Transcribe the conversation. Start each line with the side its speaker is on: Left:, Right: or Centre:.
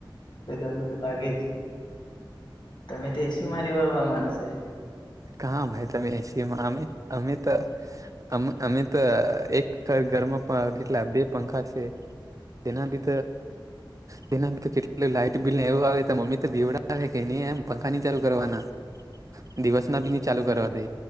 Left: એટ ગરમી તો લાગે જ તમે તે એસી માં રેવા નાણાં માણસ છે.
Right: કા ભય તમે એશીએ એમાં અમે અમે તો અ અમે એક ઘરમાં કેટલા બે પંખા તેના બી તેના કેટ લાઈટ બિલવું આવે મમ્મી તે વડા કે નહી એમ પંખા નની ચાલુ કરવાના. દિવસ ના બીની ચાલુ કરવા દે